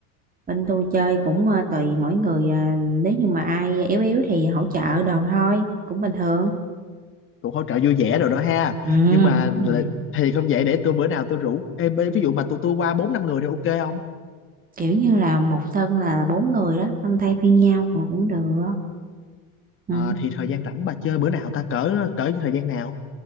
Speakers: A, on the right; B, on the left.
A: bên tôi chơi cũng ờ, tùy mỗi người à, nếu như mà ai yếu yếu thì hỗ trợ đồ thôi cũng bình thường
B: cũng hỗ trợ vui vẻ rồi đó ha
A: ừ
B: nhưng mà
A: đúng rồi
B: là- thì không vậy để tôi bữa nào tôi rủ em ví dụ mà tôi tôi qua bốn năm người thì ok không
A: kiểu như là một sân là bốn người đó xong thay phiên nhau cũng cũng được ừ.
B: ờ thì thời gian rảnh bà chơi bữa nào ta cỡ cỡ thời gian nào